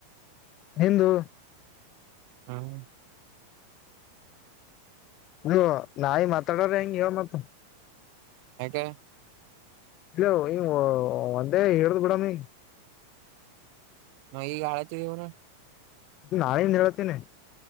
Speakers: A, on the left; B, on the right.
A: ನಿಂದೂ
B: ಹ್ಮ
A: ನೀ ನಾಯಿ ಮಾತಾಡ್ರ ಹೆಂಗ ಇ ಮತ್ರ
B: ಯಕೆ
A: ಇಲ್ಲ ನೀ ಒಂದೇ ಹೇಳುದು ಬಿಡಾಮಿ
B: ಮ ಈ ಗಾಡತಿ ಇವಣ
A: ಇ <unintelligible> ಹೇಳ್ತೇನೆ